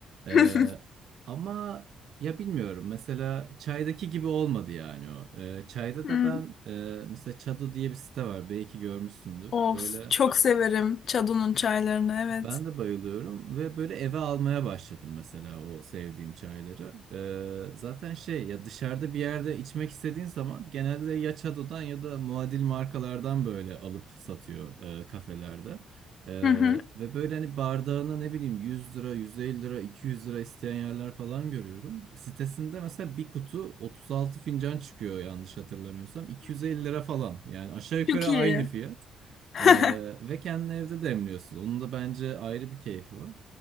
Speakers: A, on the right; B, on the left.
A: Ee,
B: <laughs>
A: ama ya bilmiyorum mesela çaydaki gibi olmadı yani o. Ee, çayda
B: Hı.
A: da ben e, mesela Çado diye bir site var belki görmüşsündür.
B: Of
A: Böyle
B: çok severim Çado'nun çaylarını evet.
A: ben de bayılıyorum ve böyle eve almaya başladım mesela o sevdiğim çayları. Ee, zaten şey ya dışarıda bir yerde içmek istediğin zaman genelde ya Çado'dan ya da muadil markalardan böyle alıp satıyor e, kafelerde. Ee,
B: Hı hı.
A: ve böyle hani bardağına ne bileyim 100 lira, 150 lira, 200 lira isteyen yerler falan görüyorum. Sitesinde mesela bir kutu 36 fincan çıkıyor yanlış hatırlamıyorsam. 250 lira falan yani aşağı yukarı
B: Çok iyi.
A: aynı fiyat.
B: <laughs>
A: Ee, ve kendini evde demliyorsun. Onun da bence ayrı bir keyfi var.